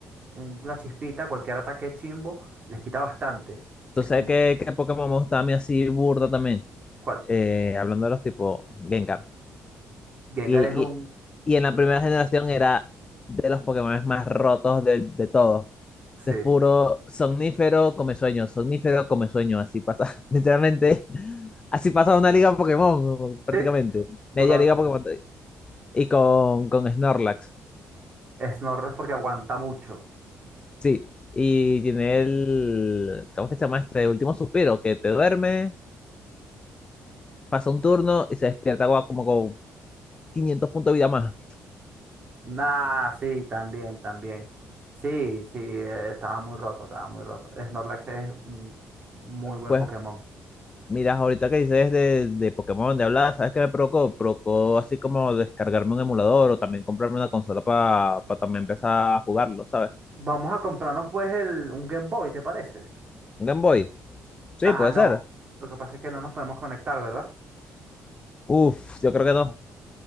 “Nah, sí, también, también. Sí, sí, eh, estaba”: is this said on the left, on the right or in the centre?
Right